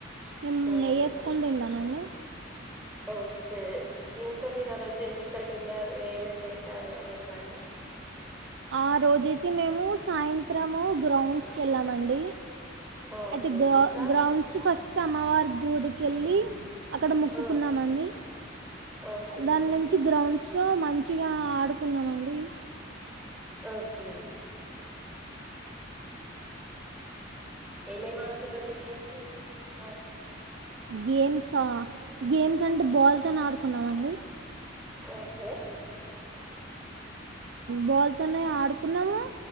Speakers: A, on the right (about 65°); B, in the centre.
A: మేము
B: మ్మ్
A: నెయ్యి వేసుకొని తింటామండీ
B: ఓకే ఇంకా మీరు ఆ రోజు ఎక్కడికి వెళ్ళారు ఏమేం చేశారు అవి చెప్పండి
A: ఆరోజైతే మేము సాయంత్రం గ్రౌండ్స్ కీ వెళ్ళాం అండి
B: ఓకే
A: అయితే గౌ
B: ఇంకా
A: గ్రౌండ్స్ ఫస్ట్ అమ్మవారి గుడికి వెళ్ళి అక్కడ మొక్కుకున్నామండి
B: మ్మ్ ఓకే
A: దాని నుంచి గ్రౌండ్స్ లో మంచిగా ఆడుకున్నామ అండి
B: ఓకే ఏమేం ఆడుతారు అక్కడ గేమ్స్ ఆ
A: గేమ్స్ఆ గేమ్స్ అంటే బాల్తోనే ఆడుకున్నామండి
B: ఓకే
A: బాల్ తోనే ఆడుకున్నాము